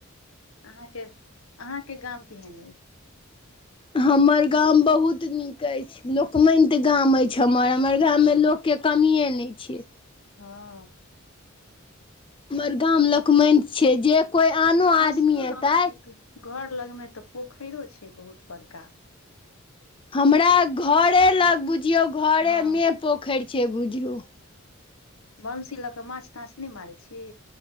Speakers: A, on the left (about 70°); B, on the left (about 25°).
A: अहाँके अहाँके गाम केहन अइ?
B: हमर गाम बहुत नीक अछि। लोक माइन्त गाम अछि हमर हमर गाममे लोकके कमिए नहि छै।
A: हँ
B: हमर गाम लोक माइन्त छै जे कोई आनो आदमी
A: आ सुनू ने
B: एतै।
A: अहाँके घर लगमे तऽ पोखैरो छै बहुत बड़का।
B: हमरा घरे लग बुझियौ घरेमे
A: हँ
B: पोखरि छै बुझियौ।
A: बंसी लऽ कऽ माछ ताछ नहि मारै छी?